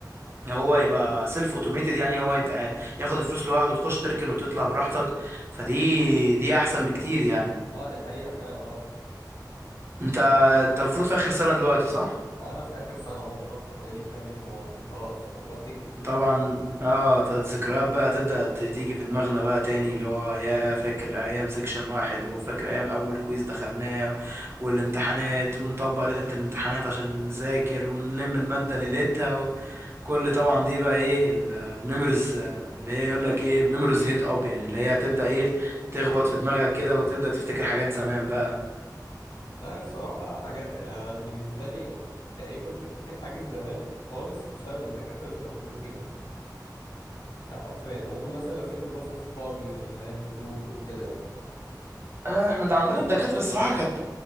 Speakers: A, on the right (about 35°); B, on the left (about 75°).
A: هو يبقى سيلف اوتوميتد يعني هو يتع... ياخد الفلوس لوحده تخش تركن وتطلع براحتك فدي دي احسن بكتير يعني
B: اه دي حقيقة فعلا اه
A: انت انت المفروض في اخر سنة دلوقتي صح؟
B: انا في اخر سنة اهو بشطب فاضل لي كام يوم و- وخلاص واتكل
A: طبعا
B: <laughs>
A: اه ت- الذكريات بقى تبدأ ت- تيجي في دماغنا بقى تاني اللي هو يا فاكر ايام سيكشن واحد وفاكر ايام اول كويز دخلناه والامتحانات ونطبق ليلة الامتحانات عشان نذاكر ونلم المادة ليلتها وكل طبعا دي بقى ايه ال- الميموريز آه، اللي هي يقول لك ايه ميموريز هيت اب يعني اللي هي هتبدأ
B: مم.
A: ايه تخبط في دماغك كده وتبدأ تفتكر حاجات زمان بقى
B: لا الصراحة حاجات أنا بالنسبة لي تقريبا مش هفتكر حاجة زمان خالص بسبب الدكاترة اللي كانوا بيعملوا فينا ده حرفيا يعني ممكن مثلا اللي افتكره مثلا صحابي اللي هي النزول وكده يعني
A: آه، احنا ده عندنا
B: يوم التسليمة
A: الدكاترة الصراحة
B: وكده
A: كانت